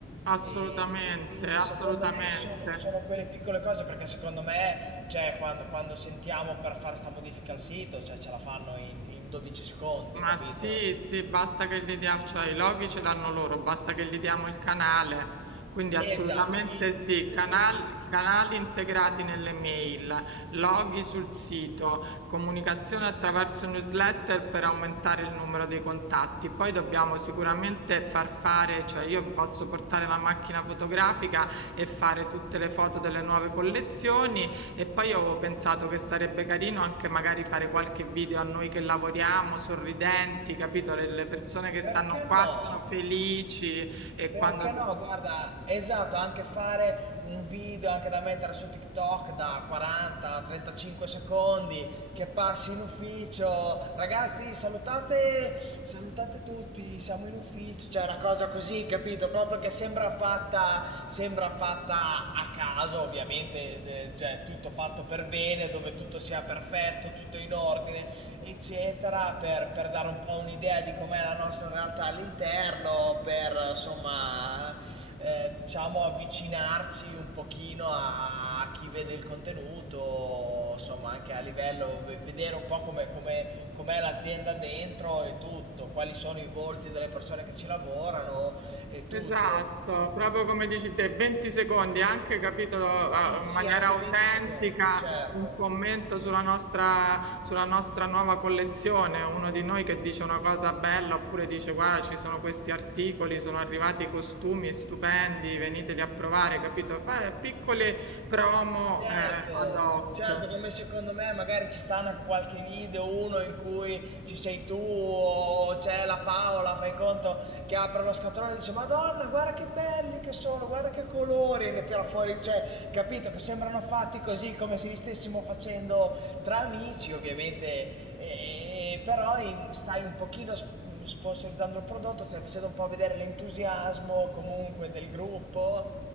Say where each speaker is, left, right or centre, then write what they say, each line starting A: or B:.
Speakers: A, on the right; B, on the right.
A: assolutamente,
B: E e quindi
A: assolutamente.
B: secondo me sono sono quelle piccole cose, perché secondo me cioè, quando, quando sentiamo per fare sta modifica al sito, cioè ce la fanno in, in 12 secondi,
A: Ma
B: capito?
A: sì, sì, basta che gli diamo, cioè i loghi ce l'hanno loro, basta che gli diamo il canale. Quindi assolutamente
B: Esatto, il
A: sì,
B: più...
A: canali,
B: il-
A: canali integrati nelle mail, loghi sul sito, comunicazione attraverso newsletter per aumentare il numero dei contatti. Poi dobbiamo sicuramente far fare, cioè io posso portare la macchina fotografica e fare tutte le foto delle nuove collezioni e poi ho pensato che sarebbe carino anche magari fare qualche video a noi che lavoriamo, sorridenti, capito? Le, le persone che
B: Perché
A: stanno qua
B: no?
A: sono felici e
B: Perché
A: quando...
B: no, guarda, esatto, anche fare un video anche da mettere su TikTok da 40-35 secondi che passi in ufficio. Ragazzi, salutate, salutate tutti, siamo in ufficio. Cioè, una cosa così, capito? Proprio che sembra fatta, sembra fatta a caso, ovviamente, eh, cioè tutto fatto per bene, dove tutto sia perfetto, tutto in ordine eccetera, per, per dare un po' un'idea di com'è la nostra realtà all'interno, per insomma, eh, diciamo avvicinarci un pochino a, a chi vede il contenuto, insomma, anche a livello, ve- vedere un po' come, come, com'è l'azienda dentro e tutto, quali sono i volti delle persone che ci lavorano e
A: Esatto,
B: tutto.
A: proprio come dici te, 20 secondi, anche capito
B: Sì,
A: eh, in
B: sì,
A: maniera
B: anche
A: autentica,
B: 20 secondi, certo.
A: un commento sulla nostra, sulla nostra nuova collezione, uno di noi che dice una cosa bella oppure dice guarda ci sono questi articoli, sono arrivati costumi stupendi, veniteli a provare, capito? Fa- piccole promo
B: Certo,
A: eh, ad hoc.
B: c- certo, come secondo me magari ci stanno anche qualche video, uno in cui ci sei tu o c'è la Paola, fai conto, che apre lo scatolone e dice Madonna, guarda che belli che sono, guarda che colori, e ne tira fuori, cioè, capito, che sembrano fatti così come se li stessimo facendo tra amici, ovviamente, e- e- però in- stai un pochino sp- mm, sponsorizzando il prodotto, stai facendo un po' vedere l'entusiasmo comunque del gruppo